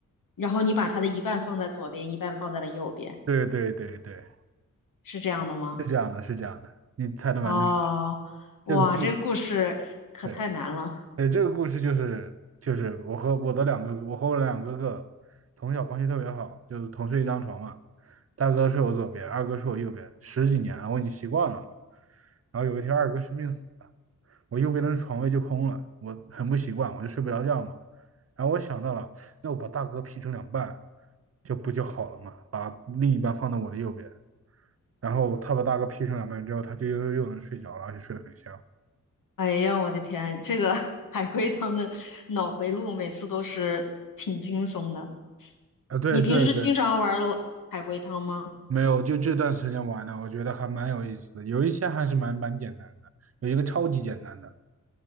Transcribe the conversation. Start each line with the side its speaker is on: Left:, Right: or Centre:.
Left: 然后你把他的一半放在左边，一半放在了右边，
Right: 对对对对。
Left: 是这样的吗？
Right: 是这样的，是这样的，你猜的蛮对。
Left: 哦，哇，
Right: 这个故，
Left: 这个故事可太难了！
Right: 对，呃，这个故事就是就是我和我的两个我和我两个哥哥从小关系特别好，就是同睡一张床嘛。大哥睡我左边，二哥睡我右边，十几年了，我已经习惯了嘛。然后有一天二哥生病死了，我右边的床位就空了，我很不习惯，我就睡不着觉嘛。然后我想到了，那我把大哥劈成两半，就不就好了嘛？把另一半放到我的右边，然后他把大哥劈成两半之后，他就又又能睡着了，而且睡得很香。
Left: 哎呀，我的天，这个 <laughs> 海龟汤的脑回路每次都是挺惊悚的。
Right: 啊，对对对，
Left: 你平时经常玩儿海龟汤吗？
Right: 没有，就这段时间玩的，我觉得还蛮有意思的，有一些还是蛮蛮简单的，有一个超级简单的，